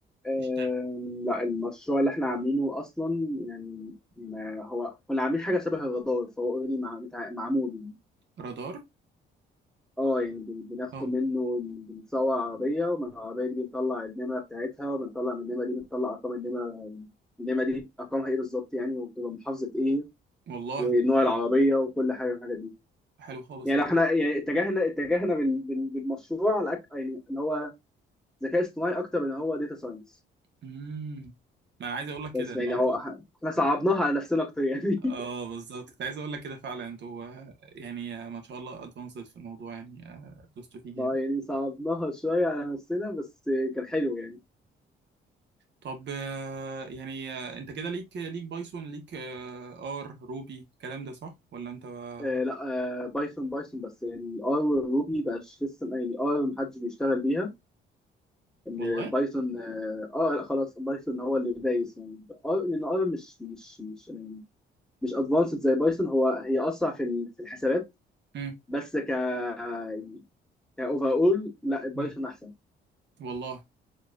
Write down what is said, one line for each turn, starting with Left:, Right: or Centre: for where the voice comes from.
Centre: أم،
Right: تشتغل
Centre: لا المشروع اللي احنا عاملينه اصلا يعني ما هو كنا عاملين حاجه شبه الرادار فهو اوريدي معمول
Right: رادار
Centre: اه يعني بن- بناخد
Right: اه
Centre: منه بنصور عربية ومن العربية دي بنطلع النمرة بتاعتها وبنطلع من النمرة دي بنطلع أرقام النمرة النمرة دي أرقامها إيه بالظبط يعني وبتبقى محافظة إيه
Right: والله
Centre: ونوع
Right: طب حلو
Centre: العربية
Right: جدا.
Centre: وكل حاجة من الحاجات دي
Right: حلو خالص
Centre: يعني إحنا يعني اتجهنا اتجهنا بال- بال- بالمشروع على أك- يعني إن هو ذكاء اصطناعي أكتر من هو داتا ساينس
Right: امم ما أنا عايز أقول لك كده
Centre: بس
Right: إن
Centre: يعني
Right: أنت
Centre: هو إح- إحنا صعبناها على نفسنا أكتر يعني
Right: اه بالظبط كنت عايز أقول لك كده فعلا أنتوا آه، يعني آه، ما شاء الله أدفانسد في الموضوع يعني آه، دوستوا
Centre: <laughs>
Right: فيه جامد
Centre: بقى يعني صعبناها شوية على نفسنا بس كان حلو يعني
Right: طب آه، يعني آه، انت كده ليك ليك بايثون ليك آه، ار روبي الكلام ده صح ولا انت بقى؟
Centre: آه لا آه بايثون بايثون بس الار والروبي بقاش لسه يعني ار محدش بيشتغل بيها ان
Right: والله
Centre: بايثون اه آه، لا خلاص بايثون هو اللي دايس يعني ار لان ار مش مش مش يعني مش ادفانسد زي بايثون هو هي اسرع في ال- في الحسابات
Right: مم.
Centre: بس ك يعني كاوفر اول لا بايثون
Right: مم.
Centre: احسن
Right: والله